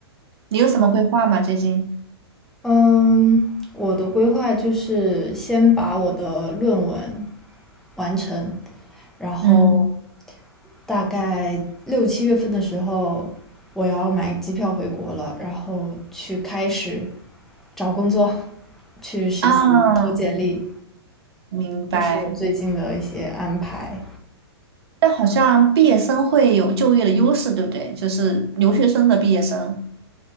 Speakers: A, on the right (about 70°); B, in the centre.
A: 你有什么规划吗？最近？
B: 嗯，我的规划就是先把我的论文完成，然后
A: 嗯
B: 大概六七月份的时候，我要买机票回国了，然后去开始找工作，<laughs> 去实习、
A: 啊，
B: 投简历，
A: 明白。
B: 这是我最近的一些安排。
A: 但好像毕业生会有就业的优势，对不对？就是留学生的毕业生。